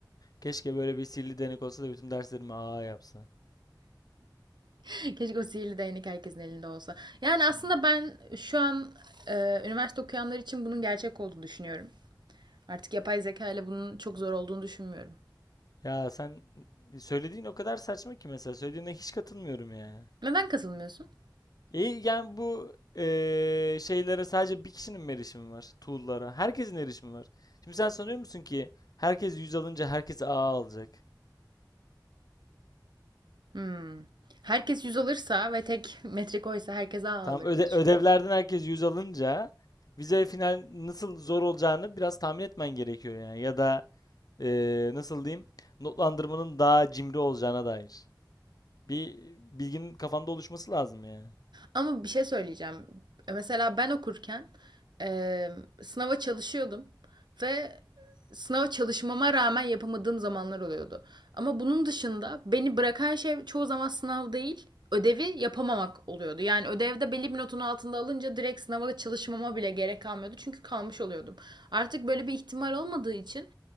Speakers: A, on the left; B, on the right.
A: Keşke böyle bir sihirli denek olsa da bütün derslerimi a yapsa.
B: <laughs> Keşke o sihirli değnek herkesin elinde olsa. Yani aslında
A: Hmm.
B: ben şu an e, üniversite okuyanlar için bunun gerçek olduğunu düşünüyorum. Artık yapay zeka ile bunun çok zor olduğunu düşünmüyorum.
A: Ya sen söylediğin o kadar saçma ki mesela söylediğine hiç katılmıyorum ya.
B: Neden katılmıyorsun?
A: İyi yani bu eee, şeylere sadece bir kişinin mi erişimi var? Tool'lara. Herkesin erişimi var. Şimdi sen sanıyor musun ki herkes 100 alınca herkes A alacak?
B: Hmm. Herkes yüz alırsa ve tek metrik oysa herkes A alır
A: Tamam öde
B: diye düşünüyorum.
A: ödevlerden herkes 100 alınca vize final nasıl zor olacağını biraz tahmin etmen gerekiyor yani. Ya da eee, nasıl diyeyim notlandırmanın daha cimri olacağına dair. Bir bilginin kafanda oluşması lazım yani.
B: Ama bir şey söyleyeceğim. E, Mesela ben okurken e, sınava çalışıyordum ve sınava çalışmama rağmen yapamadığım zamanlar oluyordu. Ama bunun dışında beni bırakan şey çoğu zaman sınav değil, ödevi yapamamak oluyordu. Yani ödevde belli bir notun altında alınca direkt sınava çalışmama bile gerek kalmıyordu. Çünkü kalmış oluyordum. Artık böyle bir ihtimal olmadığı için